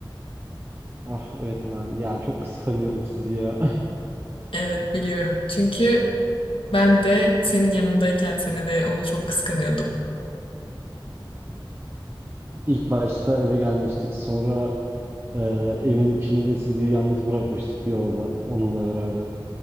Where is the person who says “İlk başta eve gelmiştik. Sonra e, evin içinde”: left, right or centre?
Right